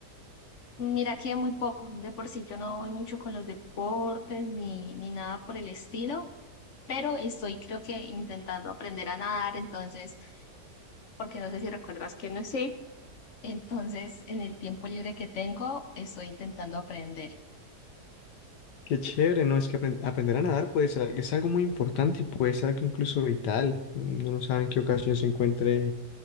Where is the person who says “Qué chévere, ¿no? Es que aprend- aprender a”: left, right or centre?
Left